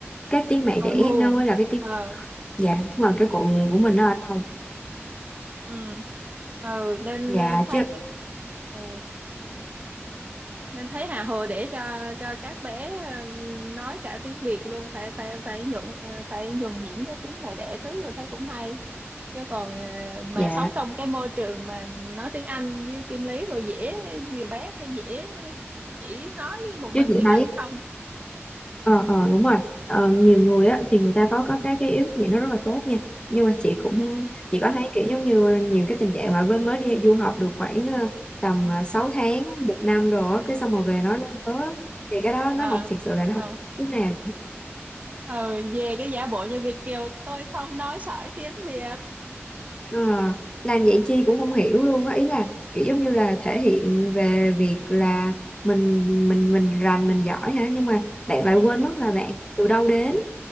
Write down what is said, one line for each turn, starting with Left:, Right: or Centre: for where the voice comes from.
Left: cái tiếng mẹ
Right: ở
Left: đẻ
Right: nguồn
Left: nó mới là cái tiếng
Right: ờ
Left: dạ mà
Right: ừ.
Left: cái cội nguồn của mình nó ở đâu
Right: Ừ. ừ nên
Left: dạ
Right: ờ, thấy
Left: chứ
Right: cái ờ, nên thấy hà hồ để cho cho các bé ờ, nói cả tiếng Việt luôn phải phải phải nhuận ờ, phải nhuần nhuyễn cái tiếng mẹ đẻ trước rồi thấy cũng hay chứ còn ờ, mà
Left: dạ
Right: sống trong cái môi trường mà nói tiếng Anh như Kim Lý rồi dễ nhiều bé sẽ dễ chỉ nói với một
Left: chứ
Right: mình
Left: chị
Right: tiếng
Left: thấy
Right: Anh không
Left: ờ ờ đúng rồi ờ, nhiều người á thì người ta có có cái cái ý thức gì nó rất là tốt nha nhưng mà chị
Right: ừ,
Left: cũng chị có thấy kiểu giống như nhiều cái tình trạng mà mới mới đi du học được khoảng ờ, tầm
Right: ừ,
Left: ờ, 6 tháng một năm rồi
Right: ừ,
Left: á, cái xong rồi về nói nó
Right: ừ.
Left: lớn á, thì cái đó
Right: Ờ,
Left: nó học thiệt sự là nó
Right: ờ,
Left: học chút nào
Right: ờ, về cái giả bộ như Việt kiều tôi không nói sỏi tiếng Việt
Left: Ờ, làm vậy chi cũng không hiểu luôn á ý là kiểu giống như là thể hiện về việc là mình mình mình rành mình giỏi hả nhưng mà bạn lại
Right: ừ,
Left: quên mất là bạn từ đâu đến